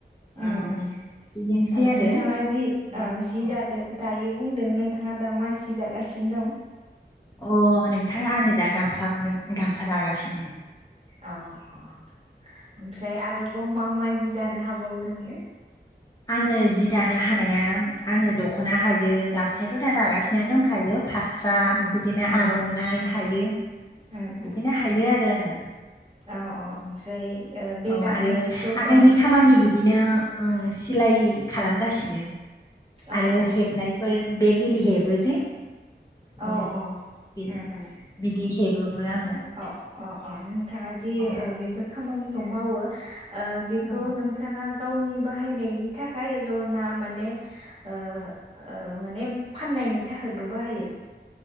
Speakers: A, on the left; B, on the right.
A: ओम
B: उ उ
A: बिदिनोसै
B: ओ
A: आरो
B: नोंथाङादि
A: दा
B: ओ जि
A: अ
B: दादो दायो बुंदों नोंथाङा दा मा जि दागासिनो दं
A: अ नोंथाङा आङो दा गामसाखौनो गामसा लागासिनो
B: अ अ ओमफ्राय आरो ब मा मा जि दानो हाबावो नोङो
A: आङो जि दानो हानाया आङो दख'ना हायो गामसायथ' दा दागासिनो दंखायो। फास्रा
B: उम
A: बिदिनो
B: उम
A: आर'नाइ हायो
B: उम
A: बिदिनो
B: उम
A: हायो आरो आङो
B: अ अ ओमफ्राय ओ बे
A: औ
B: दानाय
A: आरो
B: जिखौ
A: आखाइनि
B: ओ अ
A: खामानि बिदि बिदिनोओं सिलाय खालामगासिनो
B: अ
A: आरो हेबनायफोर बेग एरि हेबो जे औ
B: अ अ
A: बि-
B: उम उम
A: बिदि हेबोबो आङो
B: ओ अ अ नोंथाङा दि
A: अ
B: बेफोर खामानि खौ मावो ओ बेखौ
A: औ
B: नोंथाङा गावनि बाहायनायनि थाखाय लना माने ओ ओ माने फाननाय नायनि थाखायबो बाहायो।